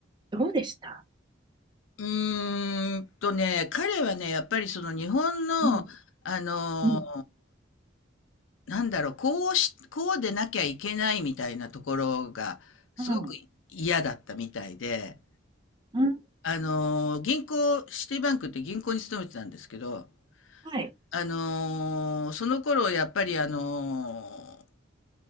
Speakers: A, on the right; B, on the left.
A: どうでした
B: うーんとね、彼はね、やっぱりその日本の、
A: うん。
B: あの
A: うん。
B: なんだろう、こうし、こうでなきゃいけないみたいなところが、すごく嫌だったみたいで、
A: うん。うん。
B: あのー、銀行、シティバンクって銀行に勤めてたんですけど、
A: はい。
B: あのー、その頃、やっぱりあの